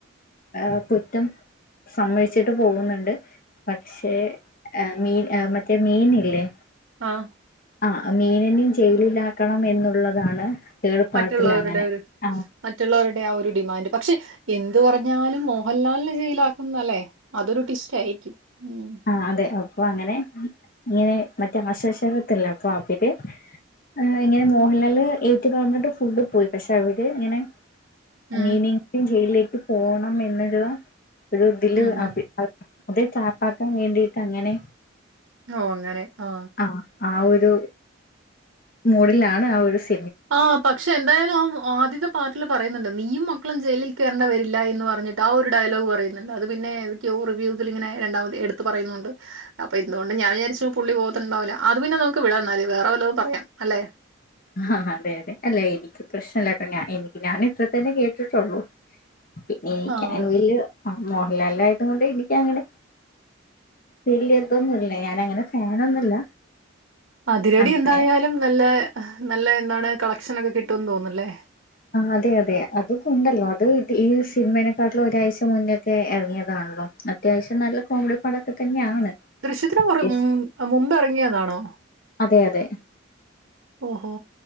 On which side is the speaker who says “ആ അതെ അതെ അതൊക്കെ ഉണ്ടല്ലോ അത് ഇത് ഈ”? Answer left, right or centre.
Left